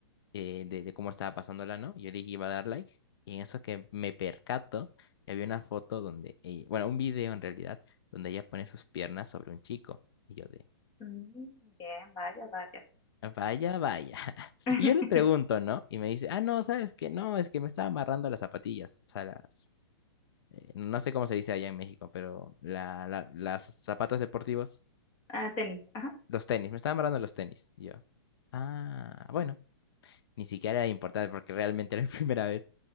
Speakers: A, on the left; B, on the left.
A: eh, de, de cómo estaba pasándola, ¿no? Yo le dije iba a dar like y en eso que me percato, que había una foto donde, ella- bueno, un video en realidad, donde ella pone sus piernas sobre un chico. Y yo de,
B: Mm, bien, vaya, vaya.
A: vaya, vaya. <laughs>
B: <laughs>
A: Y yo le pregunto, ¿no? Y me dice, ah, no, ¿sabes qué? No, es que me estaba amarrando las zapatillas, o sea, las, eh, no sé cómo se dice allá en México, pero la, la, las zapatos deportivos,
B: Ah, tenis, ajá.
A: los tenis, me estaba amarrando los tenis. Y yo, ah, bueno. Ni siquiera era importante porque realmente era mi <laughs> primera vez.